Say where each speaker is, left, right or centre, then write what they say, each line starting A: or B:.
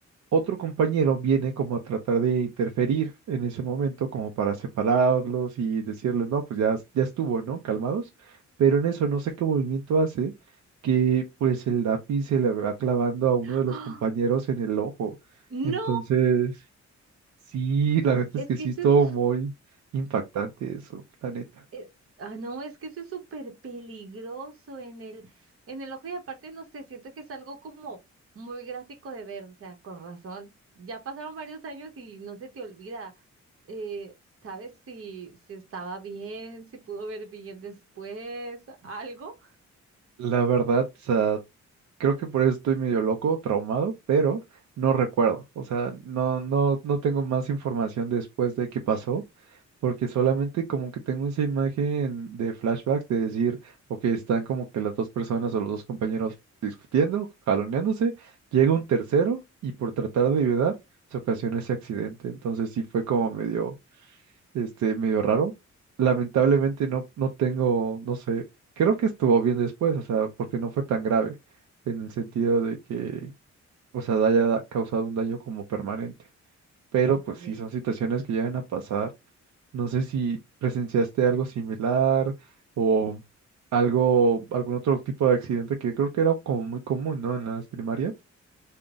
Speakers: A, on the right; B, on the right.
A: Otro compañero viene como a tratar de interferir en ese momento, como para separarlos y decirles, no, pues ya, es- ya estuvo, ¿no? Calmados. Pero en eso no sé qué movimiento hace, que pues el lápiz se le va clavando a uno
B: ¡Ah!
A: de los compañeros en el ojo. Entonces
B: ¡No!
A: Sí,
B: Es,
A: la neta
B: es
A: es que
B: que
A: sí
B: eso
A: estuvo
B: es,
A: muy impactante eso, la neta.
B: eh, ah, no, es que eso es súper peligroso en el, en el ojo y aparte, no sé, siento que es algo como muy gráfico de ver, o sea, con razón. Ya pasaron varios años y no se te olvida, eh, ¿sabes si, si estaba bien, si pudo ver bien después, algo?
A: La verdad, o sea, creo que por eso estoy medio loco, traumado, pero no recuerdo. O sea, no, no, no tengo más información después de qué pasó, porque solamente como que tengo esa imagen de flashback de decir, ok, están como que las dos personas o los dos compañeros discutiendo, jaloneándose, llega un tercero y por tratar de ayudar, se ocasiona ese accidente. Entonces sí fue como medio este, medio raro. Lamentablemente no, no tengo, no sé, creo que estuvo bien después, o sea, porque no fue tan grave en el sentido de que, o sea, haya da- causado un daño como permanente. Pero
B: Ok.
A: pues sí, son situaciones que llegan a pasar. No sé si presenciaste algo similar o algo, algún otro tipo de accidente que creo que era como muy común, ¿no? En las primarias.